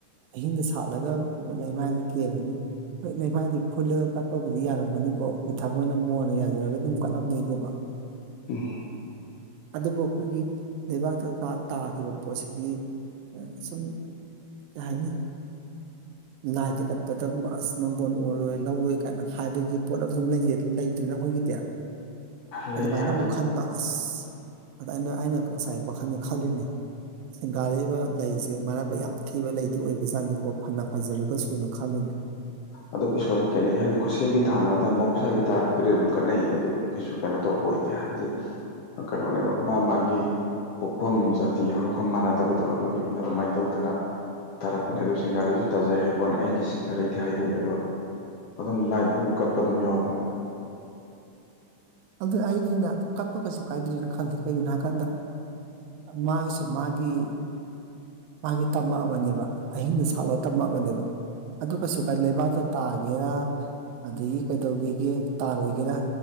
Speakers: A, on the right (about 80°); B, on the left (about 75°).
A: ꯑꯍꯤꯡꯗ ꯁ ꯁꯥꯠꯂꯒ ꯂꯩꯃꯥꯏꯗ ꯀꯦꯜꯂꯅꯤ ꯍꯣꯏ ꯂꯩꯃꯥꯏꯗꯤ ꯈꯨꯜꯂꯒ ꯀꯠꯄꯕꯨꯗꯤ ꯌꯥꯔꯝꯒꯅꯤꯀꯣ ꯑꯩꯈꯣꯏ ꯊꯃꯣꯏꯅ ꯃꯣꯟꯅ ꯌꯥꯔꯒꯗꯤ ꯑꯗꯨꯝ ꯀꯠꯂꯝꯗꯣꯏꯅꯦꯕ
B: ꯎꯨꯝ
A: ꯑꯗꯨꯕꯨ ꯑꯩꯈꯣꯏꯒꯤ ꯂꯩꯕꯥꯛꯇꯥ ꯇꯥꯈꯤꯕ ꯄꯣꯠꯁꯤꯗꯤ ꯑꯥ ꯁꯨꯝ ꯀꯩ ꯍꯥꯏꯅꯤ ꯂꯥꯏꯗ ꯀꯠꯄꯗ ꯑꯁ ꯃꯥꯡꯒꯣꯟ ꯑꯣꯏꯔꯣꯏ ꯂꯧꯔꯣꯏ ꯀꯅ ꯍꯥꯏꯕꯒꯤ ꯄꯣꯠ ꯨ <unintelligible> ꯂꯩꯇ꯭ꯔꯦꯅ ꯑꯈꯣꯏꯒꯤꯗꯤ
B: ꯂꯩ
A: ꯑꯗꯨꯃꯥꯏꯅ
B: ꯑꯗꯨꯕꯨ
A: ꯑꯃꯨꯛ ꯈꯟꯕ ꯑꯁ ꯑꯗ ꯑꯩꯅ ꯑꯩꯅ ꯉꯁꯥꯏ ꯋꯥꯈꯟꯗ ꯈꯂꯤꯅꯦ ꯁꯤꯡꯒꯥꯔꯩꯕ ꯂꯩꯁꯦ ꯃꯔꯥꯏꯕꯛ ꯌꯥꯝ ꯊꯤꯕ ꯂꯩꯗꯤ ꯑꯣꯏꯕꯖꯥꯠꯅꯤꯀꯣ ꯐꯅ ꯐꯖꯔꯒ ꯁꯨꯅ ꯈꯥꯜꯂꯤꯅꯤ
B: ꯑꯗꯨꯕꯨ ꯏꯁꯣꯔꯗꯤ ꯈꯦꯠꯅꯩ ꯍꯥꯏꯗꯤ ꯈꯨꯠꯁꯦꯝꯒꯤ ꯊꯥꯅꯠꯇ ꯃꯍꯧꯁꯥꯒꯤ ꯇꯥꯔꯛꯄꯗꯨꯗꯤ ꯑꯗꯨꯝ <unintelligible> ꯑꯗꯨꯒꯤꯗꯤ ꯀꯩꯁꯨ ꯀꯩꯅꯣ ꯇꯧꯕ ꯑꯣꯏꯗꯦ ꯍꯥꯏꯕꯗꯤ ꯀꯩꯅꯣꯅꯦꯕ ꯃꯥ ꯃꯥꯒꯤ ꯄꯣꯛꯐꯝ ꯖꯥꯇꯤ ꯍꯧꯔꯛꯐꯝ ꯃꯥꯟꯅꯗꯕꯗꯣ ꯑꯗꯨꯒꯤ ꯑꯗꯨꯃꯥꯏꯅ ꯇꯧꯗꯅ ꯇꯥꯔꯛꯄꯅꯦ ꯑꯗꯨ ꯁꯤꯡꯒꯥꯔꯩꯁꯨ ꯇꯥꯖꯩ ꯍꯥꯏꯕꯅꯦ ꯑꯩꯒꯤ ꯁꯤꯡꯒꯥꯔꯩꯗꯤ ꯍꯥꯏ ꯑꯗꯣ ꯑꯗꯨꯝ ꯂꯥꯏꯗ ꯑꯗꯨꯝ ꯀꯠꯄ ꯑꯗꯨꯝ ꯌꯥꯎꯕꯅꯤ
A: ꯑꯗꯨ ꯑꯩꯒꯤꯅ ꯀꯠꯄ ꯀꯩꯁꯨ ꯀꯥꯏꯗ꯭ꯔꯦꯅ ꯈꯓꯜꯂꯤ ꯀꯩꯒꯤꯅꯣ ꯍꯥꯏꯀꯥꯟꯗ ꯃꯥꯒꯨꯁꯨ ꯃꯥꯒꯤ ꯃꯥꯒꯤ ꯇꯝꯃꯛꯑꯕꯅꯦꯕ ꯑꯍꯤꯡꯗ ꯁꯥꯠꯂꯣ ꯇꯝꯃꯛꯑꯕꯅꯦꯕ ꯑꯗꯨ ꯀꯩꯁꯨ ꯀꯥꯏ ꯂꯩꯕꯥꯛꯇ ꯇꯥꯒꯦꯔꯥ ꯑꯗꯒꯤ ꯀꯩꯗꯧꯒꯦꯒꯦ ꯇꯥꯔꯣꯏꯒꯦꯔꯥ